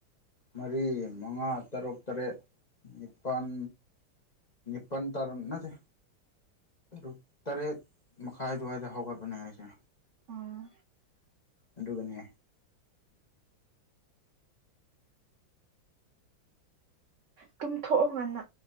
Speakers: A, on the left (about 25°); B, on the right (about 75°).
A: ꯃꯔꯤ ꯃꯉꯥ ꯇꯔꯨꯛ ꯇꯔꯦꯠ ꯅꯤꯄꯥꯜ ꯏꯄ ꯇꯔꯣꯅꯗꯤ ꯇꯔꯨꯛ ꯇꯔꯦꯠ ꯃꯈꯥꯏ ꯑꯗꯨꯋꯥꯏꯗ ꯍꯧꯒꯠꯄꯅꯦ ꯑꯩꯁꯦ
B: ꯑꯥ
A: ꯑꯗꯨꯅꯦꯉꯦ
B: ꯇꯨꯝꯊꯣꯛꯑ ꯉꯅ